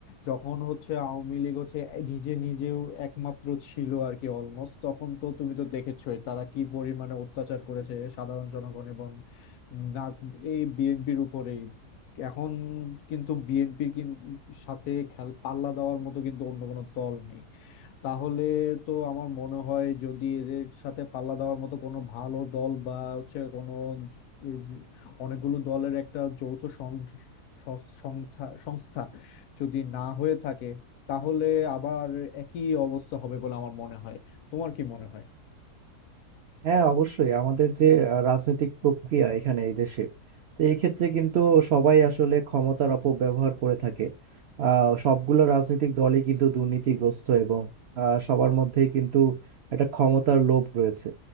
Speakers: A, on the left; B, on the right.
A: যখন হচ্ছে আওয়ামী লীগ হচ্ছে নিজে নিজেও একমাত্র ছিল আর কি অলমোস্ট তখন তো তুমি তো দেখেছোই তারা কি পরিমাণে অত্যাচার করেছে সাধারণ জনগণ এবং না এই বিএনপির উপরেই এখন কিন্তু বিএনপির সাথে খেল পাল্লা দেওয়ার মতো কিন্তু অন্য কোনো দল নেই তাহলে তো আমার মনে হয় যদি এদের সাথে পাল্লা দেওয়ার মতো কোনো ভালো দল বা হচ্ছে কোনো এই যে অনেকগুলো দলের একটা যৌথ সং- সং- সংস্থা সংস্থা যদি না হয়ে থাকে তাহলে আবার একই অবস্থা হবে বলে আমার মনে হয় তোমার কি মনে হয়
B: হ্যাঁ অবশ্যই আমাদের যে আহ, রাজনৈতিক প্রক্রিয়া এখানে এই দেশে তো এই ক্ষেত্রে কিন্তু সবাই আসলে ক্ষমতার অপব্যবহার করে থাকে আহ সবগুলো রাজনৈতিক দলই কিন্তু দুর্নীতিগ্রস্ত এবং আহ, সবার মধ্যেই কিন্তু একটা ক্ষমতার লোভ রয়েছে